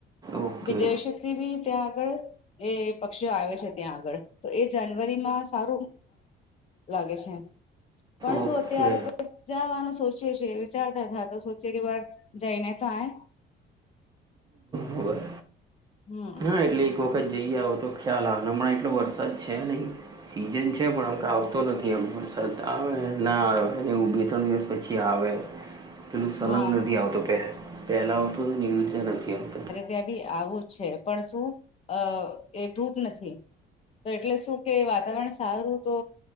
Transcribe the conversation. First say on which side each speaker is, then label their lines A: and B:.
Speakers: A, on the right (about 20°); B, on the left (about 35°).
A: ઓકે
B: વિદેશથી ભી ત્યાં આગળ એ પક્ષીઓ આવે છે ત્યાં આગળ, તો એ જાનવરીમાં સારું. લાગે છે. પણ
A: ઓકે
B: જો અત્યારે જવાનું સોચીએીએ વિચારતા થા તો ચેરી વાર જઈને તોાય
A: બરોબર
B: હમ
A: એટલે એક વખત જઈ આવો તો ખ્યાલ હાલ હમણાં એટલો વરસાદ છે નહી સિઝન છે પણ આમ તો આવતો નથી, આમ વરસાદ આવે ના આવે એ એવું બે ત્રણ દિવસ પછી આવે પેલું સંલંગ
B: હા
A: નથી આવતો કે પહેલા આવતો તો એવી રીતે નથી આવતો
B: જ્યાં બી આવું? છે પણ શું? અ એ ધૂપ નથી તો એટલે શું કે વાતાવરણ સારું તો